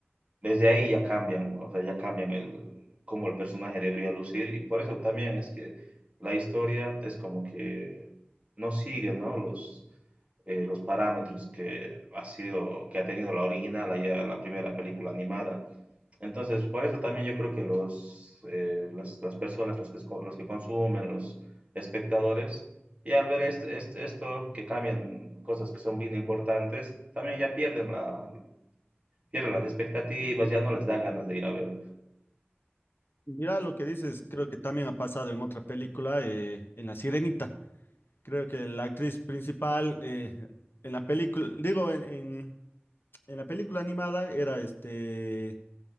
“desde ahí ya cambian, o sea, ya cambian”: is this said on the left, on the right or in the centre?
Right